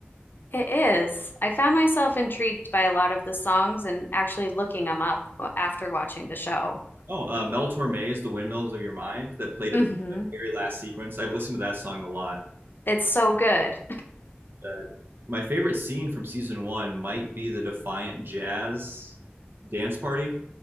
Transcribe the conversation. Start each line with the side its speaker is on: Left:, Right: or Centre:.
Left: It is. I found myself intrigued by a lot of the songs and actually looking them up after watching the show.
Right: oh, uh, Mel Torme's "The Windmills of Your Mind" that played
Left: hmm
Right: at the very last sequence. I've listened to that song a lot.
Left: It's so good.
Right: Uh, my favorite scene from season one might be the Defiant Jazz dance party.